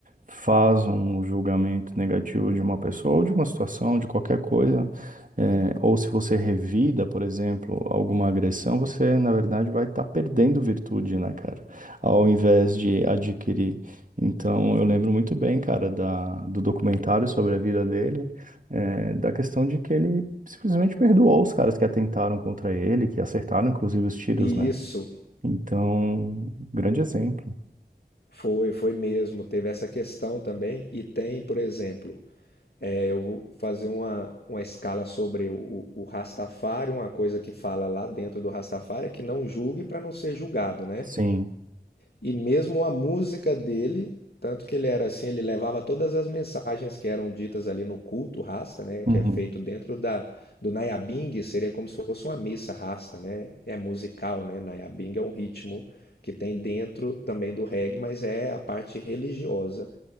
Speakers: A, on the right; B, on the left.
A: faz um julgamento negativo de uma pessoa ou de uma situação, de qualquer coisa, eh, ou se você revida, por exemplo, alguma agressão, você, na verdade, vai estar perdendo virtude, né, cara? Ao invés de adquirir. Então, eu lembro muito bem, cara, da, do documentário sobre a vida dele é, da questão de que ele simplesmente perdoou os caras que atentaram contra ele, que acertaram inclusive os tiros,
B: e
A: né?
B: isso
A: Então, grande exemplo.
B: foi, foi mesmo, teve essa questão também e tem, por exemplo, É, eu vou fazer uma, uma escala sobre o, o, Rastafari, uma coisa que fala lá dentro do Rastafari é que não julgue para não ser julgado, né?
A: Sim.
B: E mesmo a música dele, tanto que ele era assim, ele levava todas as mensagens que eram ditas ali no culto Rasta, né?
A: Uhum.
B: Que é feito dentro da, do Nayabing, seria como se fosse uma missa Rasta, né? É musical, né? Nayabing é um ritmo que tem dentro também do reggae, mas é a parte religiosa